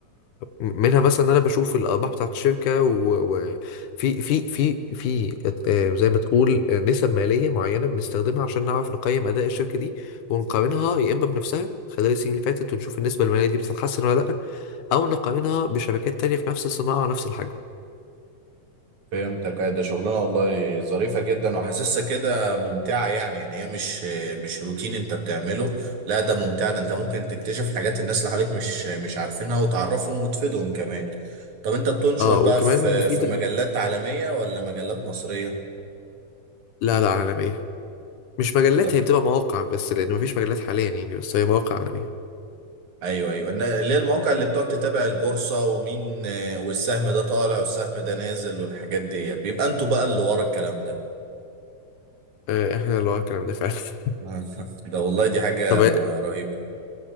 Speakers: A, on the left (about 70°); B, on the right (about 60°).
A: منها مثلا إن انا بشوف الارباح بتاعت الشركه وفي في في في في آه، زي ما تقول آه، نسب ماليه معينه بنستخدمها عشان نعرف نقيم اداء الشركه دي ونقارنها يا اما بنفسها خلال السنين اللي فاتت ونشوف النسبه الماليه دي بتتحسن ولا لا او نقارنها بشركات تانية في نفس الصناعه ونفس الحجم
B: فهمتك أي ده شغلانه والله ظريفه جدا وحاسسها كده ممتعه يعني يعني هي مش مش روتين انت بتعمله لا ده ممتع ده انت ممكن تكتشف حاجات الناس اللي حواليك مش مش عارفينها وتعرفهم وتفيدهم كمان طب انت بتنشر
A: اه
B: بقى
A: وكمان
B: في
A: مفيده
B: في مجلات عالميه ولا مجلات مصريه
A: لا لا عالميه مش مجلات
B: طب
A: هي بتبقى مواقع بس لان مفيش مجلات حاليا يعني بس هي مواقع عالميه
B: ايوه ايوه إن- اللي هي المواقع اللي بتقعد تتابع البورصه ومين آه، والسهم ده طالع والسهم ده نازل والحاجات ديت بيبقى انتوا بقى اللي ورا الكلام ده
A: آه، احنا اللي ورا الكلام ده فعلا
B: <laughs> ده والله دي حاجه
A: <laughs> طب
B: م- رهيبه